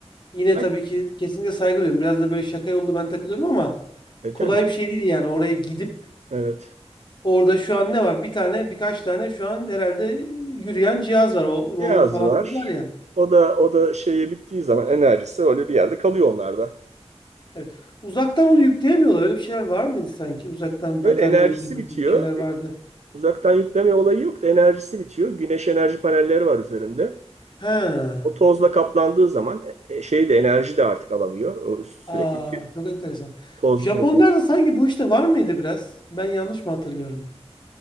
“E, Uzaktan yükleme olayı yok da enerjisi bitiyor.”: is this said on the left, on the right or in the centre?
Right